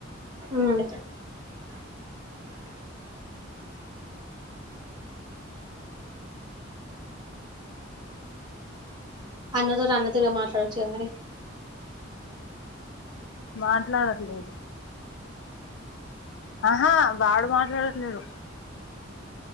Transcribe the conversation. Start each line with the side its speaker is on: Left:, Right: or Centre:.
Right: ఉమ్ అన్నతోటి అన్నతోటే మాట్లాడవచ్చు కదా మరి
Left: మాట్లాడట్లేదు అహా వాడు మాట్లాడట్లేదు